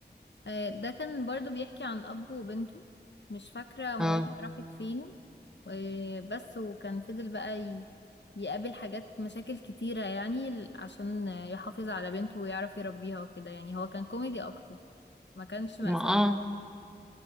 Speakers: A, on the left; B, in the centre.
A: آه، ده كان برضو بيحكي عن أب وبنته مش فاكرة مامتها
B: اه
A: راحت فين و- بس وكان فضل بقى ي- يقابل حاجات مشاكل كتيرة يعني ال- عشان يحافظ على بنته ويعرف يربيها وكده يعني هو كان كوميدي أكتر ما كانش مأساوي
B: ما اه